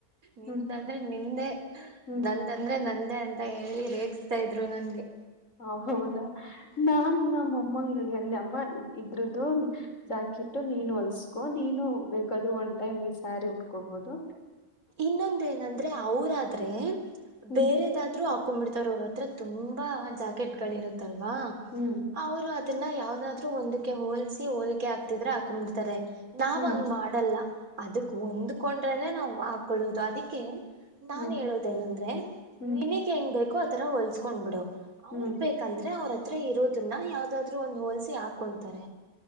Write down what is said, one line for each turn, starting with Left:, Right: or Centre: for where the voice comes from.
Right: ನಿಂದಂದ್ರೆ
Left: ಹ್ಮ್
Right: ನಿಂದೆ
Left: ಹ್ಮ್
Right: ನ. ಅಂದ್ರೆ ನಂದೇ ಅಂತ ಹೇಳಿ ರೇಗಿಸ್ತಾ ಇದ್ರು ನನ್ಗೆ.
Left: ಹ ಹೌದಾ
Right: ಹ್ಮ್
Left: ನಾನ್ ನಮ್ಮ ಅಮ್ಮಂಗ ಹಂಗ ಅಂದೆ ಅಮ್ಮ ಇದ್ರದು.
Right: ಹ್ಮ್
Left: ಜಾಕಿಟ್ಟು ನೀನು ಹೊಲ್ಸ್ಕೊ ನೀನು ಬೇಕಾದರು ಒನ್ ಟೈಮ್ಗೆ ಸ್ಯಾರಿ ಉಟ್ಕೋಬೋದು.
Right: ಇನ್ನೊಂದ ಏನಂದ್ರೆ ಅವರಾದ್ರೆ
Left: ಹ್ಮ್
Right: ಬೇರೆ. ಇದ್ರರು ಹಾಕೊಂಡ್ಬಿಡ್ತಾರ ಅವ್ರತ್ರ ತುಂಬಾ ಜಾಕೆಟ್ ಗಳ ಇರುತ್ತಲ್ವಾ.
Left: ಹ್ಮ್.
Right: ಅವರು ಅದನ್ನ ಯಾವದಾದ್ರು ಒಂದಕ್ಕೆ ಹೋಲ್ಸ ಹೋಲ್ಕೆ ಆಗತಿದ್ರೆ ಹಾಕೊಂಡ್ಬಿಡ್ತಾರೆ ನಾವ್
Left: ಹ್ಮ್
Right: ಹಂಗ ಮಾಡ. ಮಾಡಲ್ಲ ಅದಕ್ ಹೊಂದ್ಕೊಂಡ್ರಲ್ಲೇ ನಾವು ಹಾಕೊಳ್ಳೋದು ಅದಕ್ಕೆ ನಾನ
Left: ಹ್ಮ್
Right: ಹೇಳೋದೇನಂದ್ರೆ
Left: ಹ್ಮ್
Right: ನಿನಗ್ಹೆಂಗ್
Left: ಹ್ಮ್
Right: ಬೇಕೋ ಆತರ ಹೊಲ್ಸ್ಕೊಂಡ್ ಬಿಡು ಅವ್ರ
Left: ಹ್ಮ್
Right: ಬೇಕ. ಯಾಕಂದ್ರೆ ಅವ್ರ ಹತ್ರ ಇರೋದನ್ನ ಯಾವದಾದ್ರು ಒಂದು ಹೋಲ್ಸಿ ಹಾಕೊಂತಾರೆ